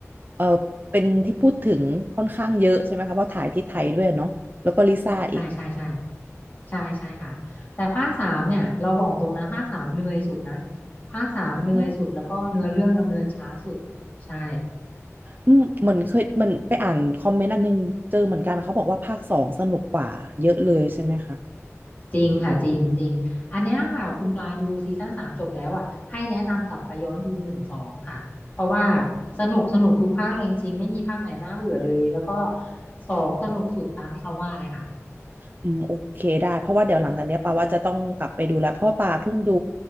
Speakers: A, on the right; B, on the left.
A: เออเป็นที่พูดถึงค่อนข้างเยอะใช่ไหมคะเพราะถ่ายที่ไทยด้วยเนาะแล้วก็ลิซ่าอีก
B: ใช่ใช่ใช่ใช่ใช่ค่ะแต่ภาคสามเนี่ยเราบอกตรงนะภาคสามเหนื่อยสุดนะภาคสามเหนื่อยสุดแล้วก็เนื้อเรื่องดำเนินช้าสุด
A: อืม
B: ใช่
A: อืมเหมือนเคยมันไปอ่านคอมเมนต์อันนึงเจอเหมือนกันเขาบอกว่าภาคสองสนุกกว่าเยอะเลยใช่ไหมคะ
B: จริงค่ะจริงจริงอันเนี้ยค่ะคุณปลาดูซีซั่นสามจบแล้วอ่ะให้แนะนำกลับไปย้อนดูหนึ่งสองค่ะเพราะว่าสนุกสนุกทุกภาคเลยจริงๆไม่มีภาคไหนน่าเบื่อเลยแล้วก็สองสนุกสุดตามที่เขาว่าเลยค่ะ
A: อืมโอเคได้เพราะว่าเดี๋ยวหลังจากเนี้ยปาว่าจะต้องกลับไปดูแล้วเพราะปาเพิ่งดู